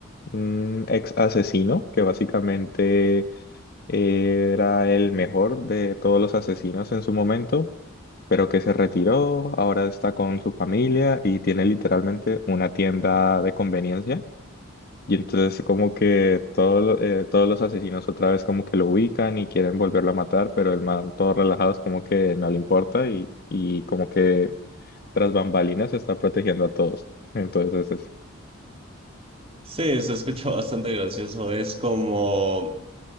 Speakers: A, on the left (about 45°); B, on the right (about 25°).
A: Un ex asesino que básicamente eh, era el mejor de todos los asesinos en su momento, pero que se retiró, ahora está con su familia y tiene literalmente una tienda de conveniencia. Y entonces como que todo, lo- eh, todos los asesinos otra vez como que lo ubican y quieren volverlo a matar, pero el man todo relajado es como que no le importa y, y como que tras bambalinas está protegiendo a todos. Entonces es, eso.
B: Sí, se escucha <laughs> bastante gracioso. Es como